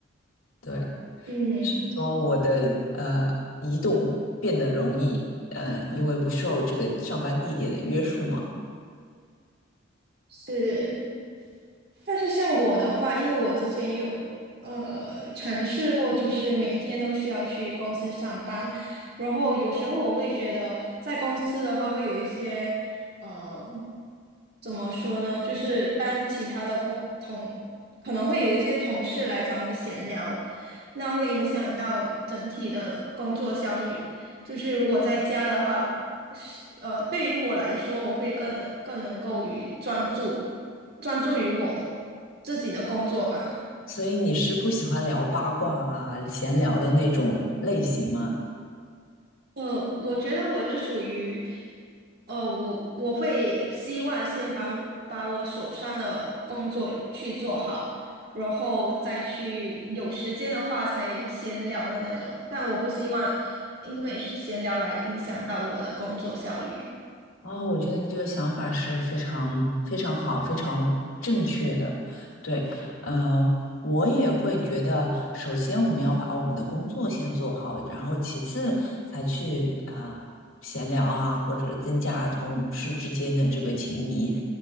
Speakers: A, on the left (about 75°); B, on the right (about 50°).
A: 对，
B: 嗯，
A: 是说我的呃移动变得容易，呃，因为不受这个上班地点的约束嘛。
B: 是。但是像我的话，因为我之前有呃尝试过，就是每天都需要去公司上班，然后有时候我会觉得在公司的话会有一些呃怎么说呢，就是当其他的工同可能会有一些同事来找你闲聊，那会影响到整体的工作效率。就是如果在家的话，是呃对于我来说，我会更能更能够于专注。专注于我自己的工作吧。
A: 所以你是不喜欢聊八卦啊、闲聊的那种类型吗？
B: 呃，我觉得我是属于，呃，我我会希望先把我把我手上的工作去做好，然后再去有时间的话才闲聊的那种。但我不希望因为闲聊来影响到我的工作效率。
A: 哦，我觉得你这个想法是非常非常好、非常正确的。对，嗯，我也会觉得，首先我们要把我们的工作先做好，然后其次才去啊、呃闲聊啊，或者增加同事之间的这个情谊。